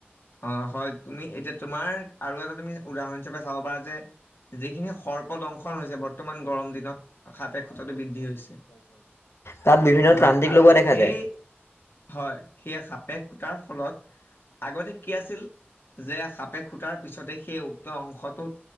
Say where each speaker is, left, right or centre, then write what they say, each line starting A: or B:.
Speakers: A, on the left; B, on the left.
A: <inaudible> অহ হয়, তুমি এতিয়া তোমাৰ আৰু এটা তুমি উদাহৰণ হিচাপে চাব পাৰা যে? যিখিনি সৰ্প দংশন হৈছে বৰ্তমান গৰম দিনত সাপে খুটাটো বৃদ্ধি হৈছে,
B: তাত বিভিন্ন
A: হয়।
B: ত্ৰান্তিক
A: আৰু
B: লগোৱা দেখা
A: সেই
B: যায়।
A: হয়, সেই সাপ তাৰ ফলত আগতে কি আছিল, যে সাপে খুটাৰ পিছতে সেই উক্ত অংশটোত